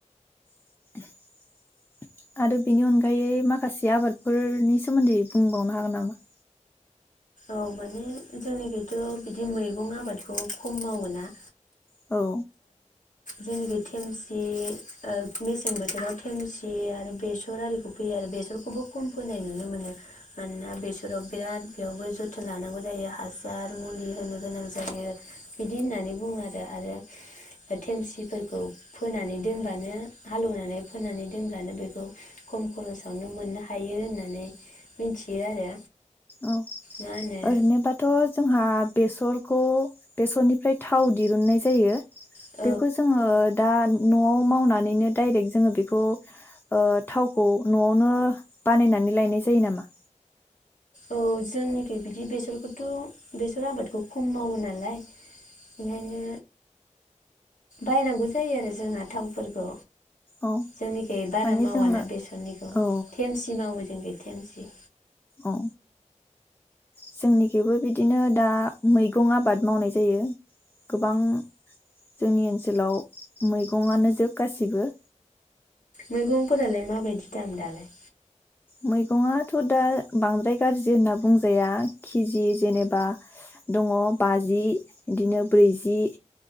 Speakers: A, on the left; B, on the left.
A: <unintelligible> आरो बेनि अनगायै माखासे आबादफोरनि सोमोनदै बुंबावनो हागोन नामा
B: औ माने जोंनिखैथ' बिदि मैगं आबादखौ खम मावो ना
A: औ
B: जेखि थेमसि ओ मेसें बोथोराव थेमसि आरो बेसर आरिखौ फैयो आरो बेसरखौबो खम फोनाय नुनो मोनो मानोना बेसराव बिराद बेयावबो जोथोन लानांगौ जायो हासार मुलि होनो गोनां जायो बिदि होननानै बुङो आरो आरो थेमसिफोरखौ फोनानै दोनब्लानो हालौवनानै फोनानै दोनब्लानो बेखौ खम खरसावनो मोननो हायो होननानै मिथियो आरो
A: औ
B: मा होनो
A: ओरैनोबाथ' जों जोंहा बेसरखौ बेसरनिफ्राय थाव दिरुननाय जायो
B: औ
A: बेखौ जोङो दा न'आव मावनानैनो डायरेक्ट जोङो बेखौ ओ थावखौ न'आवनो बानायनानै लायनाय जायो नामा
B: औ जोंनिखै बिदि बेसरखौथ' बेसर आबादखौ खम मावो नालाय ओंखायनो बायनांगौ जायो आरो जोंहा थावफोरखौ
A: औ
B: जोंनिखै बारा
A: माने
B: मावाना
A: जोङो
B: बेसरनिखौ
A: औ
B: थेमसि मावो जोंनिखै थेमसि
A: औ जोंनिखैबो बिदिनो दा मैगं आबाद मावनाय जायो गोबां जोंनि ओनसोलाव मैगंआनोजोब गासिबो
B: मैगंफोरालाय माबायदि दाम दालाय
A: मैगङाथ' दा बांद्राय गाज्रि होनना बुंजाया केजि जेनेबा दङ बाजि बिदिनो ब्रैजि